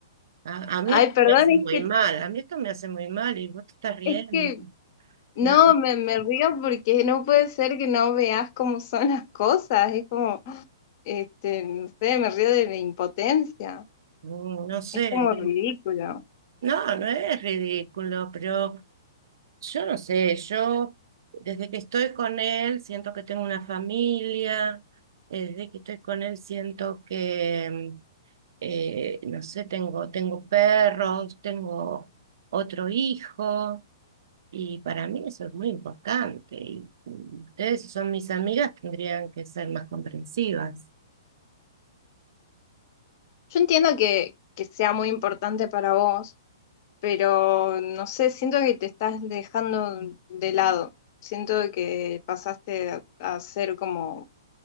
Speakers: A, on the right; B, on the left.
A: A, a mí
B: Ay,
A: esto
B: perdón,
A: me hace muy
B: es que,
A: mal, a mí esto me hace muy mal y vos te estás riendo.
B: es que No,
A: No,
B: me, me río porque no puede ser que no veas cómo son las cosas. Es como, este, no sé, me río de la impotencia.
A: no no sé.
B: Es como ridículo.
A: No, no es ridículo, pero Yo no sé, yo desde que estoy con él siento que tengo una familia, eh, desde que estoy con él siento que, eh, no sé, tengo, tengo perros, tengo otro hijo y para mí eso es muy importante. Y mm, ustedes, si son mis amigas, tendrían que ser más comprensivas.
B: Yo entiendo que, que sea muy importante para vos, pero no sé, siento que te estás dejando de lado. Siento que pasaste a, a ser como